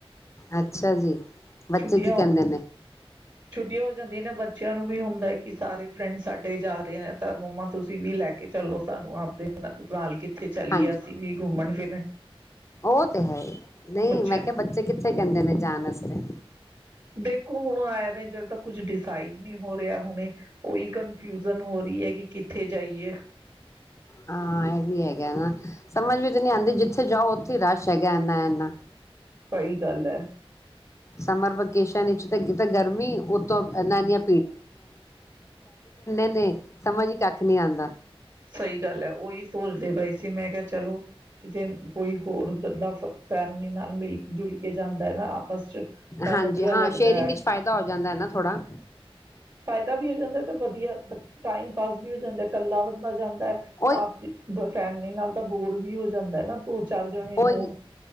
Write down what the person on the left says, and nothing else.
ਅੱਛਾ ਜੀ ਬੱਚੇ
ਕੀ ਕਹਿੰਦੇ ਨੇ
ਹਾਂਜੀ
ਉਹ ਤੇ ਹੈ ਨਹੀਂ
ਮੈਂ ਕਿਹਾ ਬੱਚੇ ਕਿੱਥੇ ਕਹਿੰਦੇ ਨੇ ਜਾਣ ਵਾਸਤੇ
ਹਾਂ ਇਹ ਵੀ ਹੈਗਾ ਸਮਝ ਵਿੱਚ ਨੀ ਆਉਂਦੀ ਜਿੱਥੇ ਜਾਓ ਉੱਥੇ ਹੀ ਰਸ਼ ਹੈਗਾ ਇੰਨਾ ਇਨਾ
ਸਮਰ ਵਕੇਸ਼ਨ ਕਿਤੇ ਗਰਮੀ ਉੱੋਂ ਨਾਨ <inaudible> ਨੇ ਸਮਝ ਹੀ ਕੱਖ ਨਹੀਂ ਆਉਂਦਾ
ਹਾਂਜੀ
ਹਾਂ
ਸ਼ੇਅਰਿੰਗ
ਵਿੱਚ ਫਾਇਦਾ ਹੋ ਜਾਂਦਾ ਹੈ ਨਾ ਥੋੜ੍ਹਾ
ਉਹੀ
ਉਹੀ